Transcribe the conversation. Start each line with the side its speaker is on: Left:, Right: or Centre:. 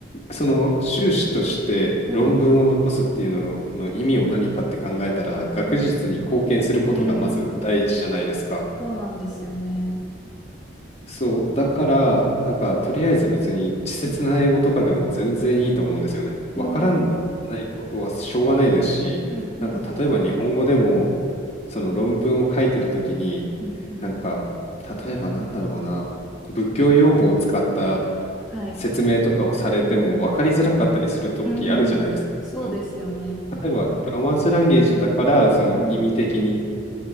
Left: その修士として論文を残すっていうのの意味を何かって考えたら、
Centre: うん、
Left: 学術に貢献することがまず第一じゃないですか。
Centre: うん、うーん。そうなんですよね。
Left: そう、だから、なんか、とりあえず別に、稚拙な英語とかでも全然いいと思うんですよね。
Centre: うん。
Left: わからな
Centre: うん、うん、
Left: いことはしょうがないですし、
Centre: うん、
Left: なんか、
Centre: うん、
Left: 例えば日本語でも、その論文を書いてるときに、
Centre: うん、うん。
Left: なんか、例えばなんだろうな、仏教用語を使った
Centre: はい。
Left: 説明とかをされても分かりづらかったりするときあるじゃないですか。
Centre: うん、そうですよね。
Left: その例えば、ロマンスランゲージだから、その意味的に、
Centre: うん、